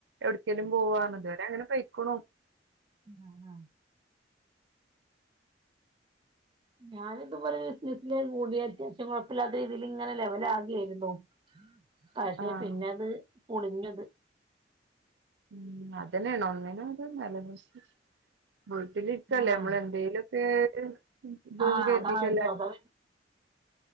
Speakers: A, on the right; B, on the right.
A: എവിട്ക്കേലും പോവാറ്ഞ്ഞ് ഇതുവരെ അങ്ങനെ പൊയ്ക്കുണു
B: ആഹ് ആഹ് ഞാനിത്പോലെ ഒരു <unintelligible> കൂടിയ അത്യാവശ്യം കൊഴ്പ്പല്ലാത്ത രീതിയിൽ ഇങ്ങനെ ലെവലാക്കിവരുന്നു പക്ഷെ
A: ആഹ്
B: പിന്നത് പൊളിഞ്ഞുത്
A: ഉം അതന്നെയാണ് ഒന്നിനും ഒര് നലനിൽപ്പില്ല മുഴട്ട ഇട്ടല്ലേ
B: ആഹ്
A: നമ്മൾ എന്തെലുംൊക്കെ ഇത്ന്ന്
B: ആഹ്
A: കരുതിീട്ടല്ല
B: അതാ അത് അതാ